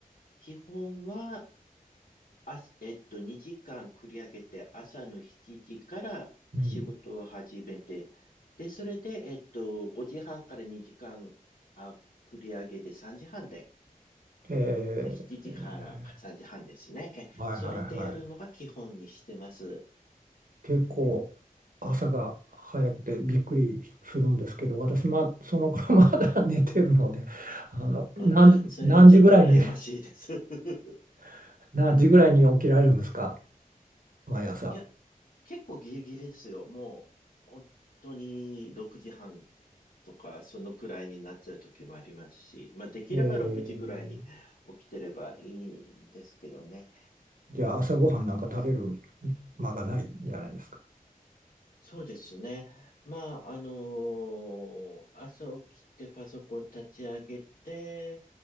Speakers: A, on the left; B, on the right.
A: 基本は、あす、えっと、2時間繰り上げて朝の7時から仕事を始めて、
B: うん。
A: で、それで、えっと、5時半から2時間、あ、繰り上げて3時半で
B: えー、
A: まあ、7時から3時半ですね。え、
B: はいはいはい。
A: それでやるのが基本にしてます。
B: 結構朝が早くてびっくりするんですけど、私、まあ、その頃 <laughs> まだ寝てるので、<laughs> あの、
A: あ、
B: 何時、
A: それはちょっと羨ましいです。
B: 何時ぐらいに、
A: <laughs>
B: <laughs> 何時ぐらいに起きられるんですか、毎朝。
A: いや、結構ギリギリですよ。もう、本当に6時半とか、そのくらいになっちゃう時もありますし、まあ、できれば6時ぐらいに起きてればいいんですけどね。
B: えー、じゃあ朝ごはんなんか食べる間がないんじゃないですか。
A: そうですね。まあ、あのー朝起きてパソコン立ち上げて、